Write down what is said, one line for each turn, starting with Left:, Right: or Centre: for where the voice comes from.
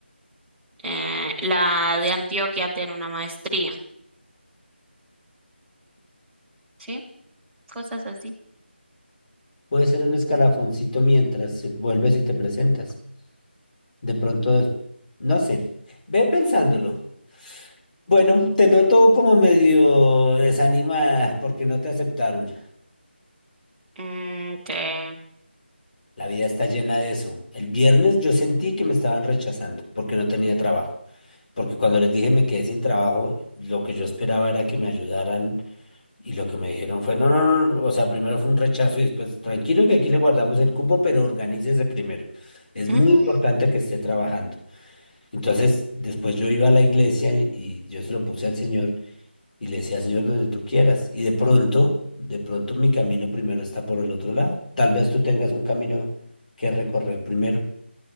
Centre: eh, la de Antioquia tiene una maestría, ¿sí? Cosas así.
Left: puede ser un escalafoncito mientras vuelves y te presentas. De pronto, es- no sé, ve pensándolo. Bueno, te noto como medio desanimada porque no te aceptaron.
Centre: Mm, te,
Left: La vida está llena de eso. El viernes yo sentí que me estaban rechazando porque no tenía trabajo. Porque cuando les dije me quedé sin trabajo, lo que yo esperaba era que me ayudaran y lo que me dijeron fue, no, no, no, no, o sea, primero fue un rechazo y después, tranquilo que aquí le guardamos el cupo, pero organícese primero. Es muy
Centre: ujú,
Left: importante que esté trabajando. Entonces, después yo iba a la iglesia y y yo se lo puse al Señor y le decía, Señor, donde tú quieras. Y de pronto, de pronto mi camino primero está por el otro lado. Tal vez tú tengas un camino que recorrer primero.